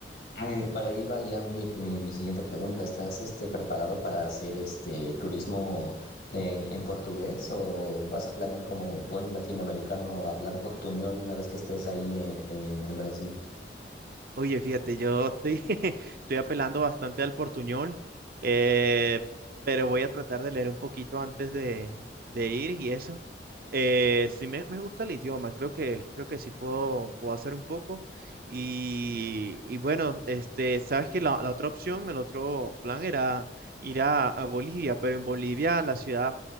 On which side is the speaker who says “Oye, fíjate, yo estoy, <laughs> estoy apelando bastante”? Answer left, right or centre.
Right